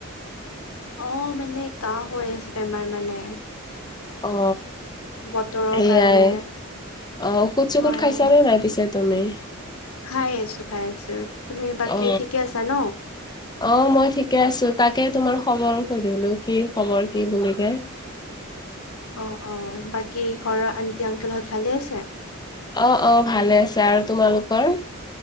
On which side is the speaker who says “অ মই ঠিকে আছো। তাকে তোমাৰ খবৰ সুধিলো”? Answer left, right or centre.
Left